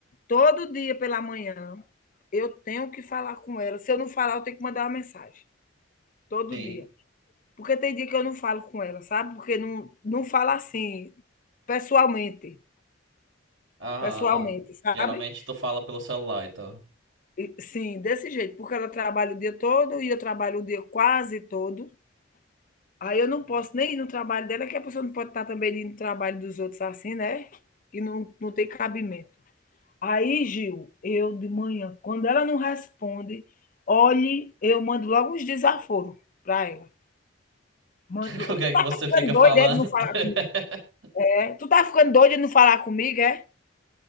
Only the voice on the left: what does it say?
Todo dia pela manhã eu tenho que falar com ela. Se eu não falar, eu tenho que mandar uma mensagem. Todo
dia. Porque tem dia que eu não falo com ela, sabe? Porque não, não falo assim, pessoalmente.
Pessoalmente,
sabe?
E- Sim, desse jeito, porque ela trabalha o dia todo e eu trabalho o dia quase todo. Aí eu não posso nem ir no trabalho dela, que a pessoa não pode estar também indo no trabalho dos outros assim, né? E não, não tem cabimento. Aí, Gil, eu de manhã, quando ela não responde, olhe, eu mando logo uns desaforos para ela. Mando,
tu
tá
ficando
doida
é, de não falar,
é? Tu tá ficando doida de não falar comigo, é?